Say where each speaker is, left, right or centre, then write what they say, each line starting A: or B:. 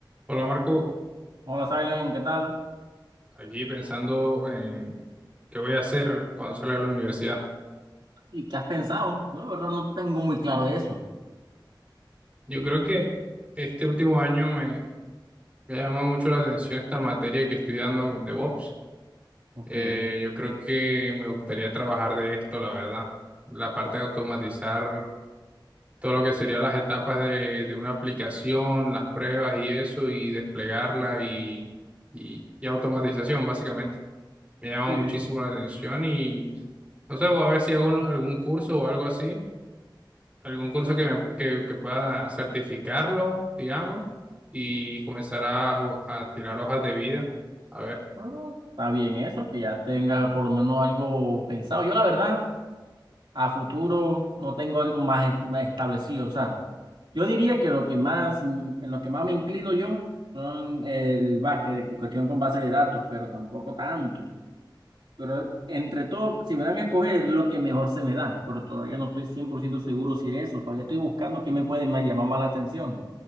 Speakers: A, on the right (about 15°); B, on the right (about 65°).
A: Hola Marco,
B: Hola, Silen, ¿qué tal?
A: aquí pensando en qué voy a hacer cuando salga de la universidad.
B: ¿Y qué has pensado? Yo la verdad no tengo muy claro eso.
A: Yo creo que este último año me, me llama mucho la atención esta materia que estoy dando de DevOps.
B: Ok,
A: Eh, yo creo que me gustaría trabajar de esto, la verdad. La parte de automatizar todo lo que serían las etapas de, de una aplicación, las pruebas y eso, y desplegarla y, y, y automatización, básicamente. Me llama
B: sí,
A: muchísimo la atención y no sé, voy a ver si hago un- algún curso o algo así algún curso
B: pero,
A: que, me, que, que pueda certificarlo, digamos, y comenzar a, a tirar hojas de vida. A ver,
B: pero está bien eso, que ya tengas por lo menos algo pensado. Yo la verdad, a futuro no tengo algo más, es- más establecido. O sea, yo diría que lo que más, mm, en lo que más me inclino yo son el básquet, cuestión con base de datos, pero tampoco tanto. Pero entre todo, si me dan a escoger, lo que mejor se me da. Pero todavía no estoy 100% seguro si es eso. Todavía estoy buscando qué me puede más llamar más la atención.